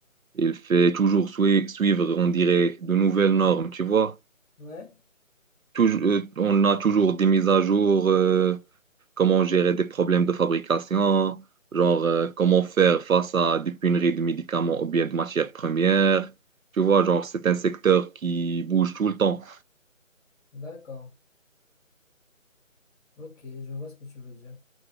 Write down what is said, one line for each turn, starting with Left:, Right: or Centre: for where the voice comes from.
Right: il fait toujours sui- suivre, on dirait, de nouvelles normes, tu vois.
Left: Ouais,
Right: Touj- euh, on a toujours des mises à jour. euh, comment gérer des problèmes de fabrication, genre euh, comment faire face à des pénuries de médicaments ou bien de matières premières. Tu vois, genre, c'est un secteur qui bouge tout le temps.
Left: d'accord. Ok, je vois ce que tu veux dire.